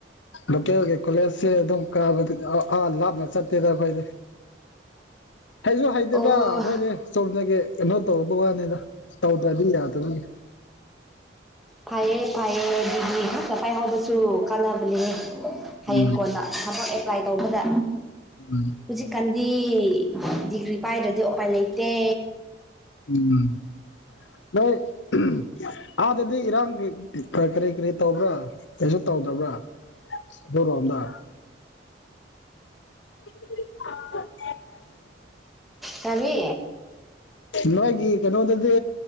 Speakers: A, on the left; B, in the centre.
A: ꯂꯣꯀꯦꯜꯒꯤ ꯀꯣꯂꯦꯖꯁꯦ ꯑꯗꯨꯝ ꯀꯕꯗꯤꯗ ꯑꯥ ꯂꯥꯞꯅ ꯆꯠꯇꯦꯗ ꯑꯩꯈꯣꯏꯗꯤ ꯍꯩꯁꯨ ꯍꯩꯗꯦꯗ
B: ꯑꯣ
A: ꯑꯈꯣꯏꯗꯤ ꯆꯨꯝꯅꯒꯤ ꯀꯩꯅꯣ ꯇꯧꯕ ꯋꯥꯅꯤꯗ ꯇꯧꯗ꯭ꯔꯗꯤ ꯌꯥꯗꯕꯒꯤ
B: ꯐꯥꯏꯌꯦ ꯐꯥꯏꯌꯦ ꯑꯗꯨꯗꯤ ꯉꯛꯇ ꯄꯥꯏꯍꯧꯕꯁꯨ ꯀꯥꯟꯅꯕꯅꯦꯍꯦ ꯍꯌꯦꯡ
A: ꯎꯝ
B: ꯀꯣꯟꯅ ꯊꯕꯛ ꯑꯦꯄ꯭ꯂꯥꯏ ꯇꯧꯕꯗ
A: ꯎꯝ
B: ꯍꯨꯖꯤꯛ ꯀꯥꯟ ꯗꯤ ꯗꯤꯒ꯭ꯔꯤ ꯄꯥꯏꯗ꯭ꯔꯗꯤ ꯑꯣꯄꯥꯏ ꯂꯩꯇꯦ
A: ꯎꯝ ꯅꯣꯏ ꯑꯍꯨꯝ ꯑꯥꯗꯗꯤ ꯏꯔꯥꯡꯒꯤ ꯀꯔꯤ ꯀꯔꯤ ꯇꯧꯕ꯭ꯔꯥ ꯀꯩꯁꯨ ꯇꯧꯗꯕ꯭ꯔꯥ ꯑꯗꯨꯔꯣꯝꯗ <unintelligible>
B: ꯀꯔꯤ
A: ꯅꯣꯏꯒꯤ ꯀꯩꯅꯣꯗꯗꯤ